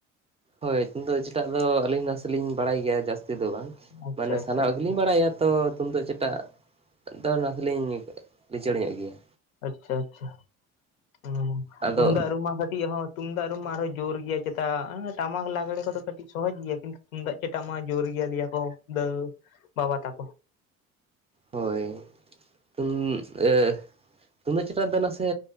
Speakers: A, on the right; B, on the left.
A: ᱦᱳᱭ ᱩᱢᱫᱟᱜ ᱪᱮᱴᱟᱜ ᱫᱚ ᱟᱹᱞᱤᱧ ᱱᱟᱥᱮ ᱞᱤᱧ ᱵᱟᱲᱟᱭ ᱜᱮᱭᱟ ᱡᱟᱹᱥᱛᱤ ᱫᱚ ᱵᱟᱝ,
B: ᱟᱪᱪᱷᱟ
A: ᱢᱟᱱᱮ
B: ᱟᱪᱪᱷᱟ
A: ᱥᱟᱱᱟᱢᱟᱜ
B: ᱟᱪᱪᱷᱟ
A: ᱜᱮᱞᱤᱧ ᱵᱟᱲᱟᱭᱟ ᱛᱚ ᱛᱩᱢᱫᱟᱜ ᱪᱮᱴᱟᱜ ᱫᱚ <unintelligible> ᱞᱤᱧ ᱞᱤᱪᱟᱹᱲ ᱧᱚᱜ ᱜᱮᱭᱟ
B: ᱟᱪᱪᱷᱟ ᱟᱪᱪᱷᱟ ᱦᱩᱸ
A: ᱟᱫᱚ
B: ᱛᱩᱢᱫᱟᱜ ᱨᱩᱢᱟ ᱤᱭᱟᱹ ᱦᱚᱸ ᱛᱩᱢᱫᱟᱜ ᱨᱩᱢᱟ ᱟᱨᱚᱸ ᱡᱳᱨ ᱜᱮᱭᱟ ᱪᱮᱛᱟ ᱴᱟᱢᱟᱠ ᱞᱟᱜᱽᱲᱮ ᱠᱚᱫᱚ ᱠᱟᱹᱴᱤᱡ ᱥᱚᱦᱚᱡᱽ ᱜᱮᱭᱟ ᱠᱤᱱᱛᱩ ᱛᱩᱢᱫᱟᱜ ᱪᱮᱴᱟᱜ ᱢᱟ ᱡᱳᱨ ᱜᱮᱭᱟ ᱞᱟᱹᱭᱟ ᱠᱚ ᱫᱟᱹ ᱵᱟᱵᱟ ᱛᱟᱠᱚ
A: ᱦᱳᱭ ᱩᱢ ᱮ ᱛᱩᱢᱫᱟᱜ ᱪᱮᱴᱟ ᱫᱚ ᱱᱟᱥᱮ